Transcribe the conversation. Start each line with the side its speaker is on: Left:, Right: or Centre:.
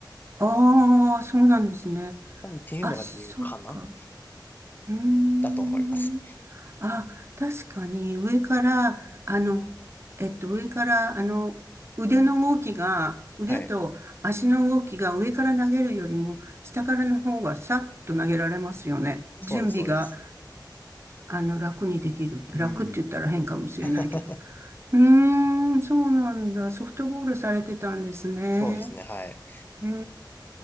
Right: ああ、そうなんですね。
Left: 多分っていうのが理由かな
Right: あ、そっか。うーん。
Left: だと思います。
Right: あ、確かに上から、あの、えっと、上から、あの、腕の動きが、腕と足の動きが上から投げるよりも、
Left: はい。
Right: 下からの方がさっと投げられますよね。
Left: そうです、
Right: 準備が、
Left: そうです。
Right: あの、楽にできる。楽って言ったら変かもしれないけど。
Left: うん。<laughs>
Right: うーん、そうなんだ。ソフトボールされてたんですね。
Left: そうですね、はい。
Right: ええ、